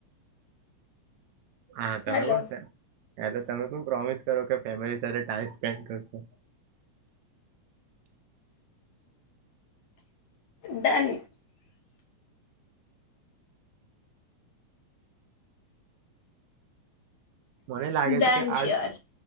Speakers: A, on the right; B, on the left.
A: હા તમે
B: હલો
A: <inaudible> તમે પણ પ્રોમિસ કરો કે ફેમિલી સાથે ટાઈમ સ્પેન્ડ કરશો.
B: ડન
A: મને લાગે
B: ડન
A: છે કે આ
B: શ્યોર